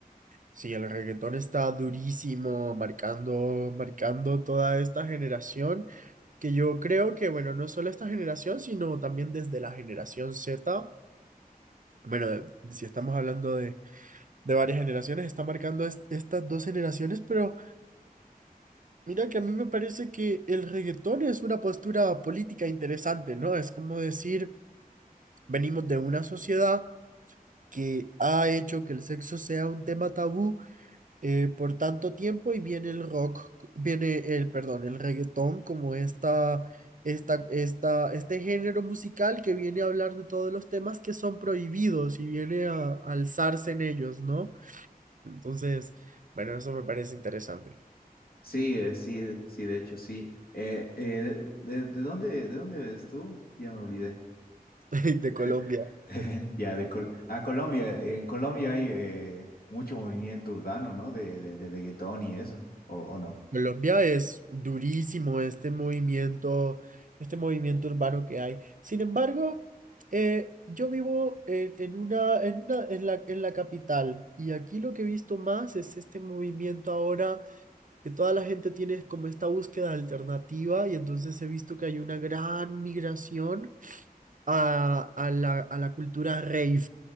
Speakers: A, on the right; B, on the left.
A: Sí, el reggaetón está durísimo, marcando, marcando toda esta generación, que yo creo que, bueno, no solo esta generación, sino también desde la generación Z. Bueno, si estamos hablando de de varias generaciones, está marcando est- estas dos generaciones, pero mira que a mí me parece que el reggaetón es una postura política interesante, ¿no? Es como decir, venimos de una sociedad que ha hecho que el sexo sea un tema tabú eh, por tanto tiempo y viene el rock, viene el, perdón, el reggaetón como esta... Esta, esta, este género musical que viene a hablar de todos los temas que son prohibidos y viene a, a alzarse en ellos, ¿no? Entonces, bueno, eso me parece interesante
B: Sí, eh, sí, eh, sí, de hecho, sí. Eh, eh, de, de- de dónde, de dónde eres tú? Ya me olvidé.
A: <laughs> de
B: <laughs>
A: Colombia.
B: Ya, de Col ah, Colombia. En Colombia hay eh, mucho movimiento urbano, ¿no? De, de, de reggaetón y eso, ¿o, o no?
A: Colombia es durísimo este movimiento, este movimiento urbano que hay. Sin embargo, eh, yo vivo en, en una, en una, en la, en la capital y aquí lo que he visto más es este movimiento ahora que toda la gente tiene como esta búsqueda alternativa y entonces he visto que hay una gran migración a, a la, a la cultura rave,